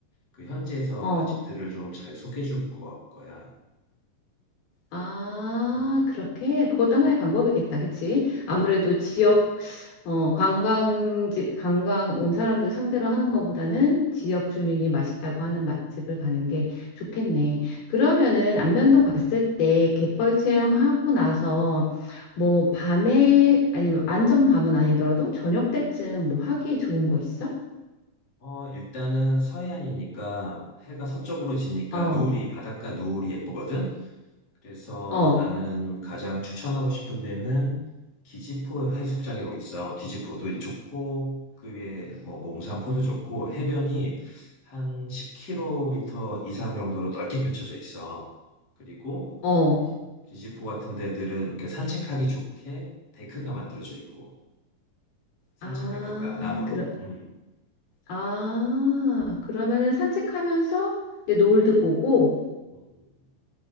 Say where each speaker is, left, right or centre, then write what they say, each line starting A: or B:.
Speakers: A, on the left; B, on the left.
A: 그 현지에서
B: 어,
A: 맛집들을 좀 잘 소개해 줄 거, 거야.
B: 아,
A: 음,
B: 그렇게 그것도 하나의
A: 음, 음.
B: 방법이겠다. 그치?
A: 그치,
B: 아무래도
A: 그치.
B: 지역
A: 응,
B: 어, 관광지 관광 온 사람들 상대로 하는 것보다는 지역 주민이 맛있다고 하는 맛집을 가는 게 좋겠네. 그러면은 안면도
A: 응,
B: 갔을 때 갯벌 체험하고
A: 응,
B: 나서 뭐
A: 응.
B: 밤에 아니면 완전 밤은 아니더라도 저녁 때쯤 뭐 하기 좋은 거 있어?
A: 어, 일단은 서해안이니까 해가 서쪽으로 지니까
B: 어,
A: 노을이, 바닷가 노을이 예쁘거든? 그래서
B: 어,
A: 나는 가장 추천하고 싶은 데는 기지포 해수욕장이라고 있어. 기지포도 좋고, 그 위에 뭐 몽산포도 좋고, 해변이 한 10km 이상 정도로 넓게 펼쳐져 있어. 그리고
B: 어.
A: 리지- 포 같은 데들은 이렇게 산책하기 좋게 데크가 만들어져 있고 산책
B: 아,
A: 데크가 나무로
B: 그러,
A: 음,
B: 아, 그러면은 산책하면서 이제 노을도 보고,
A: 음, 음.